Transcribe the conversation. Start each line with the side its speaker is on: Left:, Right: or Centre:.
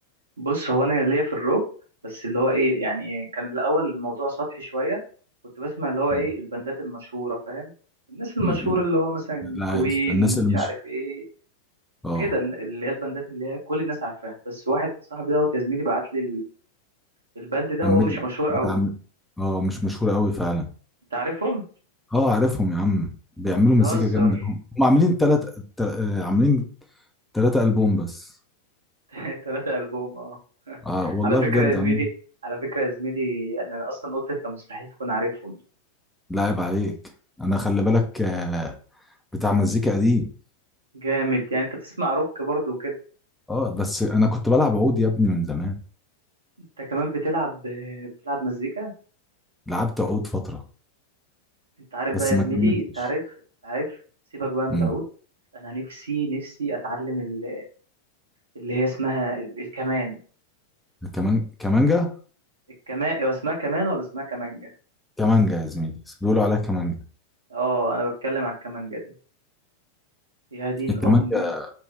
Right: بص هو انا ليا في الروك بس اللي هو ايه يعني إيه، كان الاول الموضوع سطحي شوية كنت بسمع اللي هو
Centre: مم.
Right: ايه البندات المشهورة فاهم الناس المشهورة
Centre: مم.
Right: اللي هو مثلا
Centre: لا
Right: كوين
Centre: يا اسطى، الناس اللي
Right: مش
Centre: مش
Right: عارف ايه
Centre: اه
Right: كده اللي هي البندات اللي هي كل الناس عارفاها بس واحد صاحبي دوت يا زميلي بعت لي الباند ده
Centre: أم...
Right: وهو مش مشهور
Centre: بتعمل
Right: قوي
Centre: اه مش مشهورة قوي فعلا
Right: انت عارفهم
Centre: اه عارفهم يا عم بيعملوا
Right: بتهزر
Centre: مزيكا جامدة هم هم عاملين تلات تل... آه، عاملين تلاتة ألبوم بس
Right: <laughs> تلاتة ألبوم اه <laughs>
Centre: آه والله
Right: على فكرة
Centre: بجد
Right: يا زميلي
Centre: عم
Right: على فكرة يا زميلي أنا أصلا قلت أنت مستحيل تكون عارفهم
Centre: لاعب عليك أنا خلي بالك آه بتاع مزيكا قديم
Right: جامد يعني أنت بتسمع روك برضه وكده
Centre: اه بس أنا كنت بلعب عود يا ابني من زمان
Right: أنت كمان بتلعب بتلعب مزيكا
Centre: لعبت عود فترة
Right: أنت عارف
Centre: بس
Right: بقى يا زميلي
Centre: ما كملتش
Right: أنت عارف عارف سيبك بقى من
Centre: امم
Right: العود أنا نفسي نفسي أتعلم ال- اللي هي اسمها ال- الكمان
Centre: الكمان كمانجا
Right: الكمان هو اسمها كمان ولا اسمها كمانجة
Centre: كمانجا يا زميلي بيقولوا عليها كمانجا
Right: اه أنا بتكلم على الكمانجة دي يا دين
Centre: الكمانجا
Right: أمي